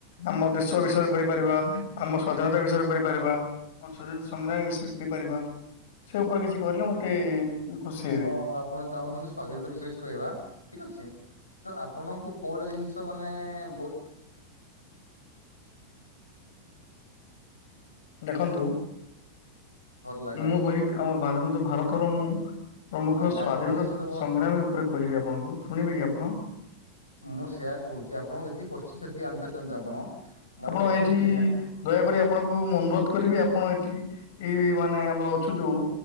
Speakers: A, on the left; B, on the left.
A: ଆମ ଦେଶ ବିଷୟରେ କରିପାରିବା ଆମ ସ୍ଵାଧୀନତା ବିଷୟରେ କରିପାରିବା ଆମ ସ୍ୱାଧୀନିସଂଗ୍ରାମୀ ବିଷୟରେ କରିପାରିବା। ସେଉପରେ କିଛି କହିଲେ ମତେ ଖୁସି ହେବି।
B: ଓ ଆପଣ ଚାହୁଁଛନ୍ତି ସ୍ଵାଧୀନତା ବିଷୟରେ କିଛି କହିବା ଠିକ୍ ଅଛି ତଆପଣଙ୍କୁ କେଉଁଟା ଜିନିଷ ମାନେ ବହୁତ୍
A: ଦେଖନ୍ତୁ
B: ଭଲ ଲାଗେ
A: ମୁଁ କହିବି ଆମ ଭାରତର ମୁଁ ପ୍ରମୁଖ
B: ମାନେ ଗାଧି
A: ସ୍ଵାଧୀନତା
B: ବସିଛନ୍ତି
A: ସଂଗ୍ରାମୀ ଉପରେ କହିବି ଆପଣଙ୍କୁ ଶୁଣିବେକି ଆପଣ?
B: ମୁଁ ସେୟଆ କହୁଚି ଆପଣଙ୍କୁ ଯେତିକି କୋଶ୍ଚିନି ସେତିକି ଆନ୍ସର ଦିଅନ୍ତୁ ଆପଣ। ମୋର
A: ଆପଣ
B: କୋଶ୍ଚିନ୍
A: ଏଇଠି
B: ଏହା
A: ଦୟାକରି ଆପ ଆପଣଙ୍କୁ ମୁଁ ଅନୁରୋଧ କରିବି ଆପଣ ଏଠି ଏଇ ଏଇ ମାନେ ଆମର ଅଛୁ ଯୋଉ